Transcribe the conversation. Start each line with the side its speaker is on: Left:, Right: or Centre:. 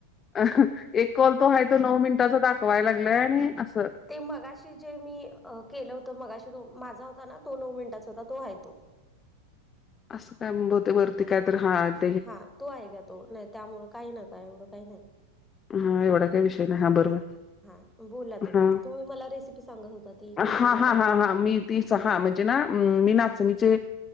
Left: अं ह. एक कॉल तो आहे तो नऊ मिंनटाचा दाखवाय लागलाय आणि आस.
Centre: ते मगाशी जे मी, केलं होत मगाशी तो माझा होता ना. तो नऊ मिनिटाचा होता तो आहे तो.
Left: असं काय बहुतेक वरती काय तर हात.
Centre: हा तो आहे गा तो. नाही त्यामुळे काही एवढं काही नाही.
Left: हा एवढा काय विषय नाही हा बरोबर.
Centre: हा बोल आता बोल.
Left: हा
Centre: तु मला रेसिपी सांगत होता ती कंटिन्यू
Left: हा हा
Centre: करा.
Left: हा हा मी तीच हा. म्हणजे ना, मी नाचणीचे